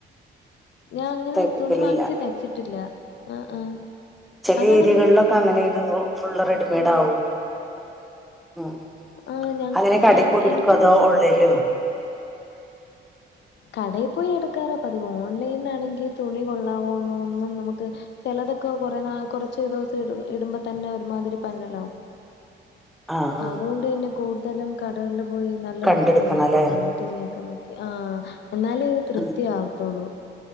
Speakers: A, on the left (about 65°); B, in the centre.
A: ഞാൻ അങ്ങനെ
B: തയ്പ്പിക്കലില്ല
A: തുണി വാങ്ങിച്ച തച്ചിട്ടില്ല ആ ആഹ
B: ചില
A: അതാ
B: ഏരിയകളിലൊക്കെ
A: നമ്മള്
B: അങ്ങനെയാണ് ഫുള്ള് റെഡിമെയ്ഡ്
A: ആഹ്
B: ആവും ഉം
A: ആഹ് ഞാ
B: അങ്ങനെ കടയിൽ
A: ഞാൻ
B: പോയി എടുക്കോ
A: എനിക്കന്ന്
B: അതോ
A: വെച്ചാ
B: ഓൺലൈനിലോ
A: ആ കടയിൽ പോയി എടുക്കാറപ്പതി ഓൺലൈനിലാണെങ്കിൽ തുണി കൊള്ളാവോന്നോ ഒന്നും നമുക്ക് ചെിലതൊക്കെ കൊറേ നാ കൊറച്ച് ദിവസം ഇടുമ്പോ തന്നെ ഒരുമാതിരി പന്നലാവും
B: ആഹ് ആഹ്
A: അതുകൊണ്ട് തന്നെ കൂടു തലും കടകള് പോയി നല്ലത്
B: കണ്ടെടുക്കണം
A: നോക്കി എടുക്കത്തേ
B: അല്ലേ
A: ഉള്ളൂ തുണിയൊക്കെ നോക്കി ആഹ് എന്നാലേത്
B: ആഹ്
A: തൃപ്തി ആവത്തോള്ളൂ